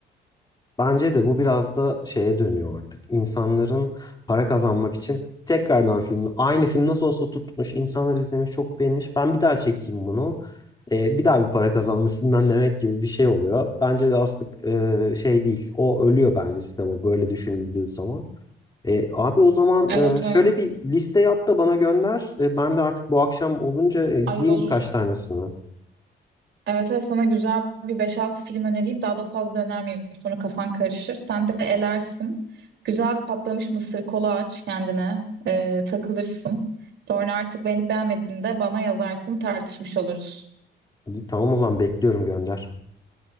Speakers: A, on the left (about 20°); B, on the right (about 70°).
A: Bence de bu biraz da şeye dönüyor artık. İnsanların para kazanmak için tekrardan filmi aynı film nasıl olsa tutmuş, insanlar izlemiş, çok beğenmiş. Ben bir daha çekeyim bunu. Ee, bir daha bir para kazanma üstünden demek gibi bir şey oluyor. Bence de aslında e, şey değil. O ölüyor bence sinema böyle düşünüldüğü zaman. E, abi o zaman
B: Evet
A: e, şöyle
B: evet.
A: bir liste yap da bana gönder. E, ben de artık bu akşam olunca e, izleyeyim
B: Ay olur.
A: birkaç tanesini.
B: Evet, evet sana güzel bir beş-altı film önereyim. Daha da fazla önermeyeyim. Sonra kafan karışır. Sen de elersin. Güzel bir patlamış mısır kola aç kendine. Ee, takılırsın. Sonra artık beğenip beğenmediğinde bana yazarsın. Tartışmış oluruz.
A: İyi, tamam o zaman bekliyorum gönder.